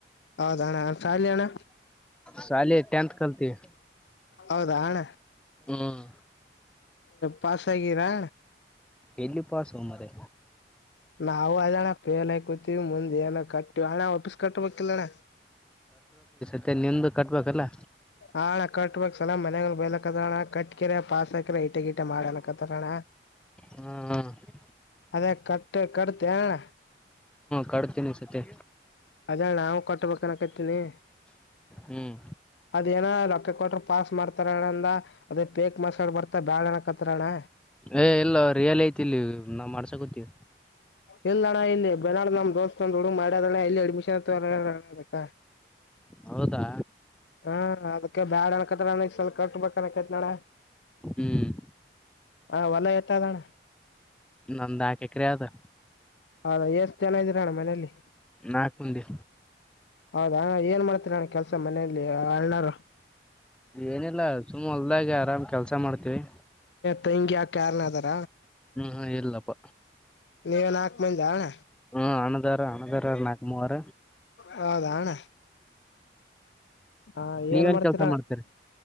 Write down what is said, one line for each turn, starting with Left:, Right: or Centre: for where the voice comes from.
Left: ಅದಾಣ ಶಾಲಿ ಅಣ್ಣ
Centre: ಶಾಲಿ ಟೆಂಥ ಕಲತೀವಿ
Left: ಹೌದಾ ಅಣ್ಣ
Centre: ಹ್ಮ್
Left: ಪಾಸ್ ಆಗೀರಾ
Centre: ಎಲ್ಲಿಿಪ್ಪಾಸು ಮ್ರ
Left: ನಾವು ಅದ ಫೇಲ್ ಆಯಕೂತಿವಿ ಮುಂದೆಏನ ಕಟ್ಟಿವಣ ವಾಪಸ್ ಕಟ್ಟಬೇಕ ಯಿಲ್ಲಣ
Centre: ಮತ್ತೆ ನಿಂದು್ದು ಕಟ್ಬೇಕಲ್ಲ
Left: ಹಳ ಕಟ್ಟುವ ಸಲ ಮನೆಗಳು ಬಲಕದಾಳ ಕಟ್ಕರೆ ಪಾಸಕರೆ ಇ ಗಟ ಗೀಟ ಮಾಡನ ಕತ್ತಾರಣ
Centre: ಹ್ಮ್
Left: ಅದೇ ಕಟ್ಟ ಕಟ್ಟ ತ್ಯಾಣ್ನ
Centre: ಕಟ್ತೀನಿ ಈ ಸತಿ
Left: ಅದೇ ನಾ ಕೊಟ್ಟಬೇಕನಕತೀನಿ
Centre: ಹ್ಮ್
Left: ಅದೇನ ರೊಕ್ಕ ಕೊಟ್ರ ಪಾಸ್ ಮಾಡ್ತಾರಣಂದ ಅದೇ ಪೇಕ್ ಮಸಾಡ್ ಬರ್ತಾ ಬ್ಯಾಳಣಕತ್ತ ತ್ರಣ್ಣ
Centre: ಏ ಇಲ್ಲ ರಿಯಲ್ ಐತಿ ಇಲ್ಲಿ ನಾ ಮಾಡ್ಸಕೊತ್ತೀವಿ
Left: ಇಲ್ಲ ಅಣ್ಣ ಇನ್ನು ಬೆಳಾಡ ನಮ್ ದೋಸ್ತ ಒಂದ್ ಹಡುು ಮಾಡದ ಇಲ್ಲೆ ಅಡ್ಮಿಷನ್ ಆತವಣ್ಣ
Centre: ಹೌದಾ
Left: ಹಾ ಅದಕ್ಕೆ ಬ್ಯಾಡ ಅನ್ಕತ್ ಅನಗ್ ಸ್ವಲ್ ಕಟ್ ಬನಕೈತ್ ನಡ
Centre: ಹ್ಮ್
Left: ಹ್ ಹೊಲ ಎತ್ತದಣ
Centre: ನಂದ ಡಿಗ್ರೀ ಆದ್
Left: ಹೌದಾ ಎಷ್ಟು ಜನ ಇದ್ದೀರಣ್ಣ ಮನೆಯಲ್ಲಿ
Centre: ನಾಕ್ ಮಂದಿ
Left: ಹೌದಾ ಏನ್ ಮಾಡ ಹತ್ರಣ ಕೆಲ್ಸ ಮನೆಯಲ್ಲಿ ಆಳನರ್
Centre: ಏನಿಲ್ಲ ಸುಮ್ಮ ಹೊಲ್ದಾಗ ಆರಾಮ್ ಕೆಲ್ಸ ಮಾಡ್ತೀವಿ
Left: ತೆಂಗಿ ಯಾಕ ಯಾರನ ಅದಾರ
Centre: ಹ್ಮ ಹ ಎಲ್ಲಪ್ಪ
Left: ನೀವನ್ ಹಾಕ್ ಮಂದಿ ಅಣ್ಣ
Centre: ಹ್ಮ ಆಣದೇರ ಆನದಾರ ನಾಕು ಮೂಾರ
Left: ಹೈದಾ ಅಣ್ಣಾ ಹಾ
Centre: ನೀವೇನ್
Left: ಏನ್ ಮಾಡ್ತೀರಣ
Centre: ಕೆಲ್ಸ ಮಾಡ್ತೀರಿ